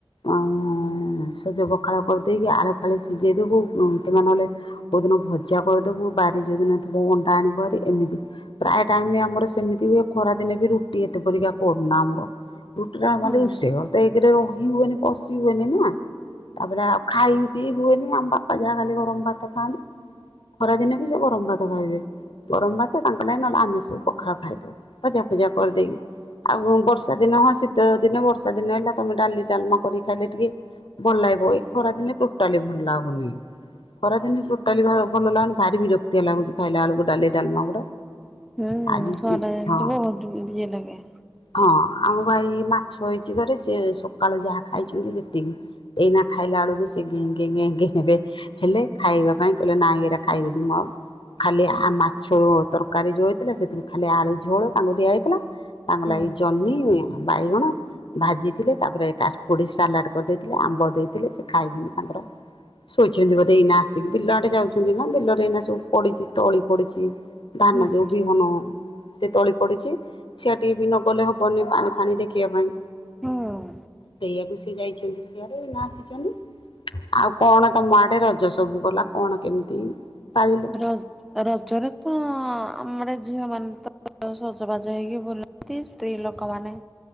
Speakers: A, on the left; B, in the centre.
A: ଆଉଁ ସଜ ପଖାଳ କରିଦେଇକି ଆଳୁ ଫାଳି ସିଝେଇ ଦେବୁ। ଉଁ କିବା ନହେଲେ କୋଉଦିନ ଭଜା କରିଦବୁ ବାରି ଯୋଉଦିନ ଥିବ ଅଣ୍ଡା ଆଣିବୁ ଭାରି ଏମିତି। ପ୍ରାୟ ଟାଇମ ଆମର ସେମିତି ବି ଖରା ଦିନେ ବି ରୁଟି ଏତେ ପରିକା କରୁନା ଆମର ରୁଟି ଟା
B: ହୁଁ
A: ମାନେ
B: ହୁଁ।
A: ରୋଷେଇ ଘର ତ ଏ ରେ ରହି ହୁଏନି ପଶି ହୁଏନି ନା ତା ପରେ ଆ ଖାଇ ପିଇ ହୁଏନି ଆମ ବାପା ଯାହା ଖାଲି ଗରମ ଭାତ ଖାଆନ୍ତି। ଖରା ଦିନେ ବି ସେ ଗରମ ଭାତ ଖାଇବେ। ଗରମ ଭାତ ତାଙ୍କ ଲାଗି ନହେଲେ ଆମେ ସବୁ ପଖାଳ ଖାଇଦଉ। ଭଜା କରିଦେଇକି। ଆଉ କଁ ବର୍ଷା ଦିନ ହଁ ଶୀତ ଦିନେ ବର୍ଷା ଦିନ ହେଲା ତମେ ଡାଲି ଡାଲମା କରି ଖାଇଲେ ଟିକେ ଭଲ ଲାଗିବ ଏଇ ଖରାଦିନେ ଟୋଟାଲି ଭଲ ଲାଗୁନି। ଖରା ଦିନେ ବି ଟୋଟାଲି ଭା ଭଲ ଲାଗୁନି। ଭାରି ବିରକ୍ତିଆ ଲାଗୁଚି ଖାଇଲା ବେଳକୁ ଡାଲି ଡାଲମା ଗୁଡା।
B: ହୁଁ
A: ଆଜି
B: ଖରା ଦିନେ
A: ହଁ
B: ତ ବହୁତ ଇଏ ଲାଗେ।
A: ହଁ ଆମ ହେଇ ମାଛ ହେଇଚି ଘରେ ସିଏ ସକାଳ ଯାହା ଖାଇଚନ୍ତି ସେତିକି। ଏଇନା ଖାଇଲା ବେଳକୁ ସେ ଗେଁ ଗେଁ ଗେଁ ହେବେ। ହେଲେ ଖାଇବା ପାଇଁ କହିଲେ ନାଇଁ ଏରା ଖାଇବିିନି ମୁଁ ଆଉ। ଖାଲି ଆ ମାଛ ତରକାରୀ ଯୋଉ ହେଇଥିଲା ସେଥିରୁ ଖାଲି ଆଳୁ ଝୋଳ ତାଙ୍କୁ ଦିଆ ହେଇ ଥିଲା ତାଙ୍କ
B: ହୁଁ
A: ଲାଗି ଜହ୍ନି, ବାଇଗଣ ଭାଜିଥିଲେ ତା ପରେ କାକୁଡି ସାଲାଡ କରିଦେଇଥିଲେ ଆମ୍ବ ଦେଇଥିଲେ। ସେ ଖାଇକିନି ତାଙ୍କର ଶୋଇଚନ୍ତି ବୋଧେ ଏଇନା ଆସିକି। ବିଲ ଆଡେ ଯାଉଚନ୍ତି ନା ବିଲରେ ଏଇନା ସବୁ ପଡିଚି ତଳି ପଡିଚି। ଧାନ
B: ହୁଁ
A: ଯୋଉ
B: ହୁଁ
A: ବିହନ ସେ ତଳି ପଡିଚି। ସିଆଡେ ଟିକେ ବି ନ ଗଲେ ହବନି ପାଣି ଫାଣି ଦେଖିବା ପାଇଁ।
B: ହୁଁ।
A: ସେଇଆକୁ ସେ ଯାଇଚନ୍ତି ସିଆଡ ଏଇନା ଆସିଚନ୍ତି। ଆଉ କଣ ତମ ଆଡେ ରଜ ସବୁ ଗଲା। କଣ କେମିତି ପାଳିଲ?
B: ର-ରଜରେ ତ ଆମର ଝିଅ ମାନେ ତ ଅ ସଜବାଜ ହେଇକି ବୁଲନ୍ତି ସ୍ତ୍ରୀ ଲୋକମାନେ